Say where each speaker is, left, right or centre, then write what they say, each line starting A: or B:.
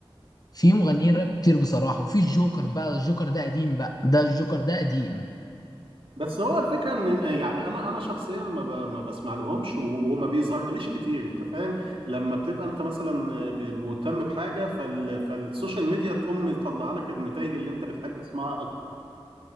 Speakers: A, on the left; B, on the right.
A: في مغنيين راب كتير بصراحة وفي الجوكر بقى الجوكر ده قديم بقى ده الجوكر ده قديم
B: بس هو الفكره ان يعني انا انا شخصيا ما ب- ما بسمع لهمش و- وما بيظهروليش كتير انت فاهم لما بتبقى انت مثلا ب- مهتم بحاجه فال فالسوشيال ميديا تقوم مطلعه لك النتائج اللي انت بتحب تسمعها